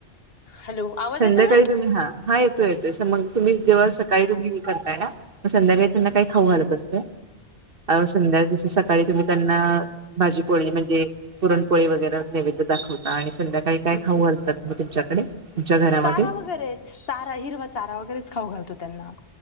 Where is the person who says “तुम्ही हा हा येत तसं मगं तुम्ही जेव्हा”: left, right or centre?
Right